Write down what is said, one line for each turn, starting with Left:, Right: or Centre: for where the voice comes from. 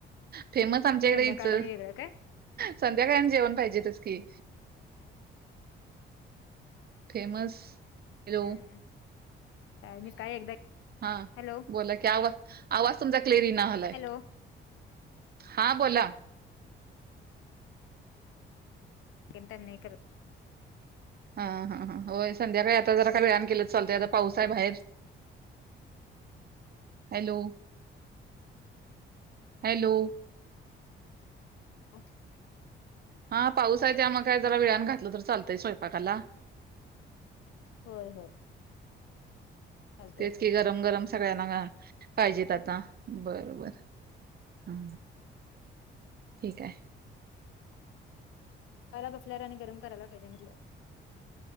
Right: फेमस आमच्याकडे
Left: संध्याकाळ
Right: हिच
Left: आणि वेगळं काय?
Right: संध्याकाळी आणि जेवण पाहिजेतंच कि. फेमस. हॅलो
Left: हम हं काय मीच काय एकदा
Right: हां
Left: हॅलो
Right: बोला की आवा आवाज तुमचा क्लीअर इना झालाय.
Left: हॅलो
Right: हा बोला.
Left: तेन तर नाय करत.
Right: हा हा हा होय संध्याकाळी आता जरा का <unintelligible> केलं चालतय आता पाऊस आहे बाहेर. Hello hello.
Left: <unintelligible>
Right: हा पाऊस आहे त्या मग काय जरा वेळान घातलं तर चालतंय स्वयपाकाला.
Left: होय होय चालतय.
Right: तेच की गरम गरम सगळ्यांना घा पाहिजेत आता बरोबर. हा ठीक हाय.
Left: <unintelligible> बसल्यावर आणि गरम करायला पाहिजे म्हटलं.